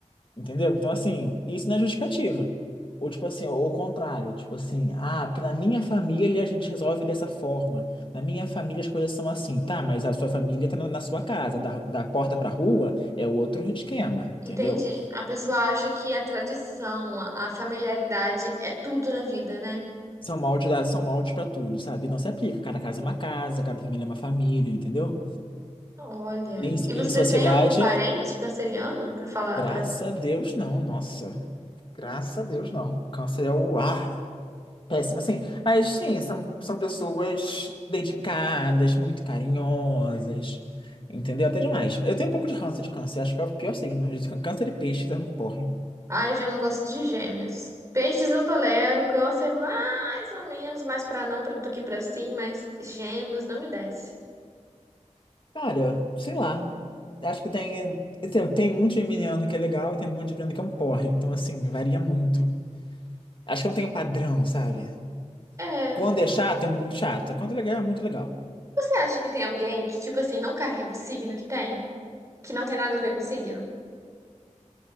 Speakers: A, on the left; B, on the right.
A: entendeu? Então, assim, isso não é justificativa. Ou, tipo assim, ou o contrário, tipo assim, ah, porque na minha família a gente resolve dessa forma. Na minha família as coisas são assim, tá? Mas a sua família tá na, na sua casa, da, da porta pra rua é outro esquema, entendeu?
B: Entendi. A pessoa acha que a tradição, a a familiaridade é tudo na vida, né?
A: São moldes, da- são moldes para tudo, sabe? Não se aplica. Cada casa é uma casa, cada família é uma família, entendeu?
B: Olha.
A: Em, so-
B: E você
A: em sociedade,
B: tem algum parente canceriano pra falar
A: graças
B: para?
A: a Deus, não. Nossa, graças a Deus, não. Câncer é o ar. Péssimo, assim. Mas, sim, são, são pessoas dedicadas, muito carinhosas, entendeu? Até demais. Eu tenho um pouco de ranço de câncer. Acho que é o pior signo. Câncer de peixe, tá? Porra.
B: Ah, eu já não gosto de gêmeos. Peixes eu tolero, câncer mais ou menos, mais pra não pra- do que pra sim, mas gêmeos não me desce.
A: Cara, sei lá. Acho que tem... Tem, tem muito geminiano que é legal e tem muito geminiano que é um porre. Então, assim, varia muito. Acho que eu tenho padrão, sabe?
B: É.
A: Quando é chato, é muito chato. Quando é legal, é muito legal.
B: Você acha que tem alguém que, tipo assim, não carrega o signo que tem? Que não tem nada a ver com signo?